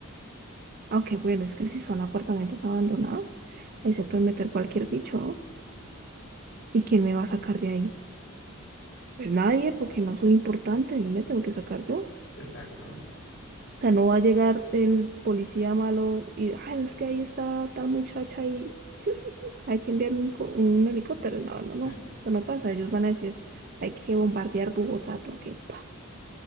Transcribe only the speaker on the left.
sí,
exacto.
Sí,